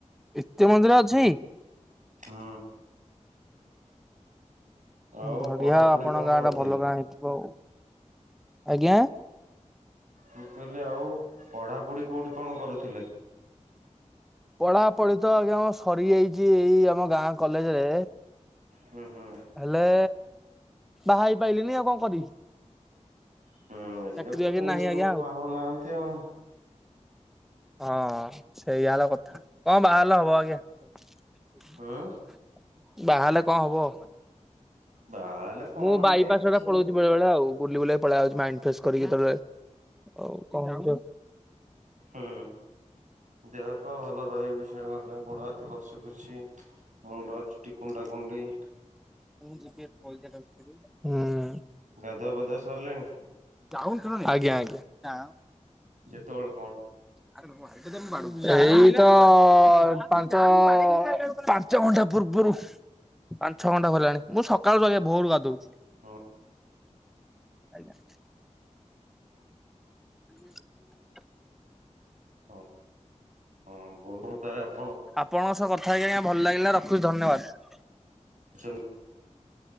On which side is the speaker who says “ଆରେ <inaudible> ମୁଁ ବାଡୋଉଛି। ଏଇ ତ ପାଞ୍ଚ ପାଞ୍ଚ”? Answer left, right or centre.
Centre